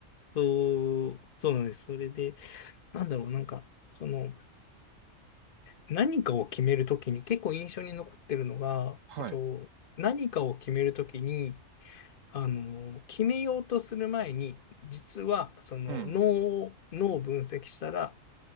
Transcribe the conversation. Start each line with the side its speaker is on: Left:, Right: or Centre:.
Left: そう、そうなんです。それで、なんだろう、なんか、その、何かを決めるときに結構印象に残ってるのが、
Right: はい。
Left: えっと、何かを決めるときに、あの、決めようとする前に、実はその脳を、
Right: うん。
Left: 脳を分析したら、